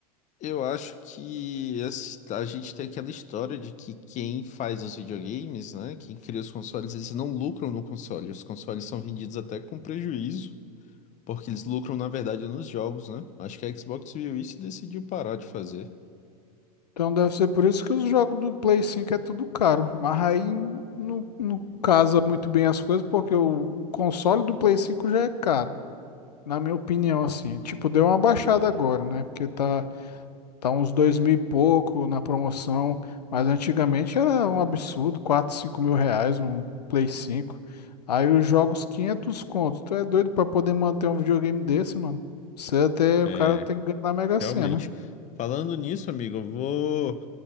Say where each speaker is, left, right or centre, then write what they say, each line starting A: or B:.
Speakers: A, on the left (about 35°); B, on the left (about 85°).
A: Eu acho que esse- a gente tem aquela história de que quem faz os videogames, né, quem cria os consoles, eles não lucram no console. Os consoles são vendidos até com prejuízo, porque eles lucram, na verdade, nos jogos, né? Acho que a Xbox viu isso e decidiu parar de fazer.
B: Então deve ser por isso que os jogos do Play 5 é tudo caro. Mas aí não, não casa muito bem as coisas, porque o, o console do Play 5 já é caro, na minha opinião, assim. Tipo, deu uma baixada agora, né? Porque tá, tá uns dois mil e pouco na promoção. Mas antigamente era um absurdo, 4, cinco mil reais um Play 5. Aí os jogos 500 contos. Tu é doido pra poder manter um videogame desse, mano? Você até, o
A: É,
B: cara tem que ganhar na Mega
A: realmente.
B: Sena.
A: Falando nisso, amigo, eu vou